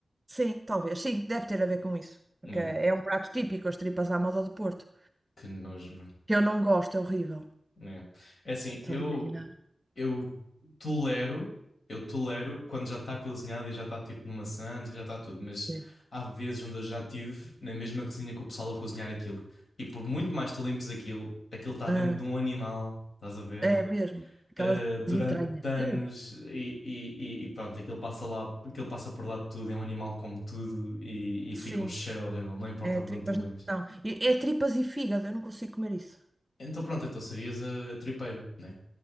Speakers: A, on the right (about 20°); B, on the left (about 65°).
A: Sim, talvez. Sim, deve ter a ver com isso. Porque
B: É.
A: é um prato típico, as tripas à moda do Porto.
B: Que nojo, mano.
A: Que eu não gosto, é horrível.
B: É. É assim, eu,
A: Só de imaginar.
B: eu tolero, eu tolero quando já está cozinhada e já está tipo numa sandes e já está tudo, mas
A: Sim.
B: há vezes onde eu já tive na mesma cozinha que o pessoal a cozinhar aquilo. E por muito mais tu limpes aquilo, aquilo está
A: Ah,
B: dentro de um animal, estás a ver?
A: é mesmo. Aquelas
B: Uh, durante
A: entranhas.
B: anos
A: Eh.
B: e, e, e- e pronto, aquilo passa lá, aquilo passa por lá de tudo, é um animal que come tudo e, e fica
A: Sim,
B: um cheiro horrível, não importa
A: é
B: o
A: tripas
B: quanto tu limpes.
A: não. E- É tripas e fígado, eu não consigo comer isso.
B: Então pronto, então serias a, a tripeira, né?